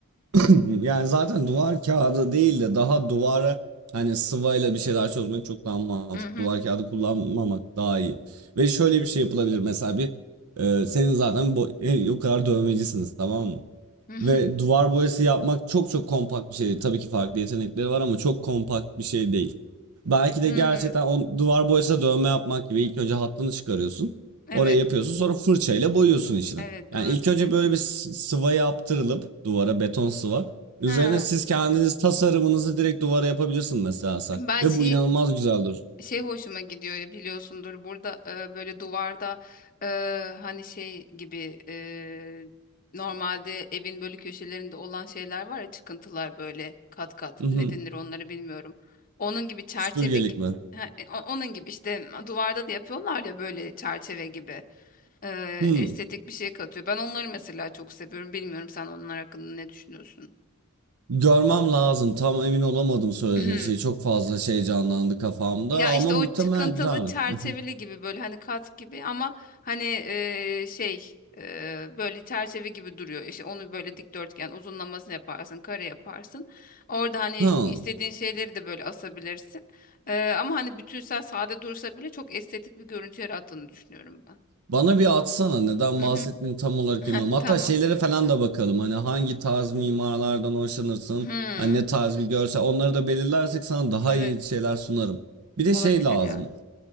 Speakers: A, on the right; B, on the left.
A: <clears throat> Yani zaten duvar kağıdı değil de daha duvara hani sıvayla bir şeyler çözmek çok daha mantıklı.
B: Hı hı.
A: Duvar kağıdı kullanmamak daha iyi. Ve şöyle bir şey yapılabilir mesela bir e, senin zaten bu, e, o kadar dövmecisiniz tamam mı?
B: <laughs>
A: Ve
B: Hı
A: duvar boyası yapmak çok çok kompakt bir şey değil. Tabii ki farklı yetenekleri var ama çok kompakt bir şey değil. Belki de
B: Hmm,
A: gerçekten o duvar boyasına dövme yapmak gibi ilk önce hattını çıkarıyorsun.
B: Evet.
A: Oraya yapıyorsun sonra fırçayla boyuyorsun içine.
B: Evet
A: Yani
B: olabilir.
A: ilk önce böyle bir s- sıva yaptırılıp duvara beton sıva. Üzerine
B: Ha.
A: siz kendiniz tasarımınızı direkt duvara yapabilirsin mesela sen.
B: Ben
A: Ve
B: şey
A: bu inanılmaz güzel durur.
B: şey hoşuma gidiyor biliyorsundur burada e, böyle duvarda e, hani şey gibi e, normalde evin böyle köşelerinde olan şeyler var ya çıkıntılar böyle kat kat
A: <laughs>
B: ne denir onları bilmiyorum. Onun gibi çerçeve
A: Süpürgelik
B: gibi
A: mi?
B: ha, e, o- onun gibi işte duvarda da yapıyorlar ya böyle çerçeve gibi E,
A: Hmm.
B: estetik bir şey katıyor. Ben onları mesela çok seviyorum. Bilmiyorum sen onlar hakkında ne düşünüyorsun?
A: Görmem lazım. Tam emin olamadım söylediğin
B: <clears throat>
A: şey. Çok fazla şey canlandı kafamda
B: Ya
A: ama
B: işte o
A: muhtemelen
B: çıkıntılı
A: güzel.
B: çerçeveli
A: <laughs>
B: gibi böyle hani kat gibi ama hani e, şey e, böyle çerçeve gibi duruyor. İşte onu böyle dikdörtgen uzunlamasını yaparsın, kare yaparsın. Orada hani
A: Ha.
B: istediğin şeyleri de böyle asabilirsin. E, ama hani bütünsel sade dursa bile çok estetik bir görüntü yarattığını düşünüyorum ben.
A: Bana bir atsana neden
B: Mhm.
A: bahsettiğini tam olarak
B: <laughs>
A: emin olamadım.
B: Tamam.
A: Hatta şeylere falan da bakalım. Hani hangi tarz mimarlardan hoşlanırsın?
B: Hmm.
A: Hani ne tarz bir görsel? Onları da belirlersek sana daha
B: Evet,
A: iyi şeyler sunarım. Bir de
B: olabilir
A: şey lazım.
B: ya.